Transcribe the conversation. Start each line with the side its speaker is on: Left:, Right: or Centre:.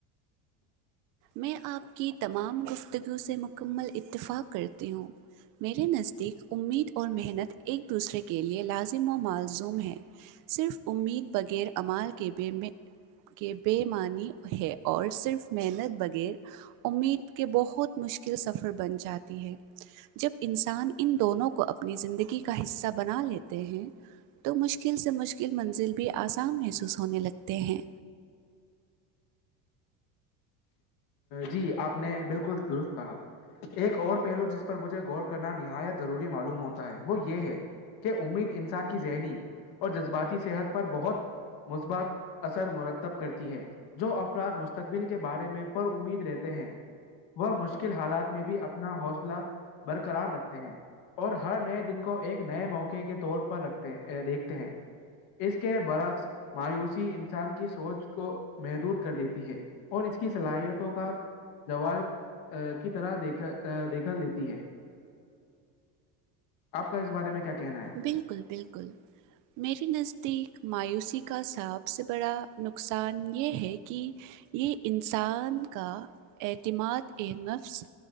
Right: میں آپ کی تمام گفتگو سے مکمل اتفاق کرتی ہوں میرے نزدیک امید اور محنت ایک دوسرے کے لئے لازمی معلزوم ہیں صرف امید بغیر امال کے کے بےمانی ہے اور صرف محنت بھی بغیر امید کے بہت مشکل سفر بن جاتی ہے جب انسان ان دونوں کو اپنی زندگی کا حصہ بنا لیتے ہیں تو مشکل سے مشکل منزل بھی آسان محسوس ہونے لگتے ہیں
Left: جی آپ نے بالکل درست کہا ایک اور پہلو جس پر مجھے غور کرنا نہایت ضروری معلوم ہوتا ہے وہ یہ ہے کہ امید انسان کی ذہنی اور جذباتی صحت پر بہت مثبات اثر مرتب کرتی ہے جو افراد مستقبل کے بارے میں میں پر امید رہتے ہیں وہ مشکل حالات میں بھی اپنا حوصلہ برقرار رکھتے ہیں اور ہر نئے دن کو ایک نئے موقعے کے طور پر رکھتے ہیں دیکھتے ہیں اس کے برعکس مایوسی انسان کی سوچ کو محدود کر دیتی ہے اور اس کی صلاحیتوں کا جوال کی طرح د دیکھا دیتی ہے آپ کا اس بارے میں کیا کہنا ہے
Right: بالکل بالکل میرے نزدیک مایوسی کا صاحب سب سے بڑا نقصان یہ ہے کہ یہ انسان کا اعتماد ایک نفس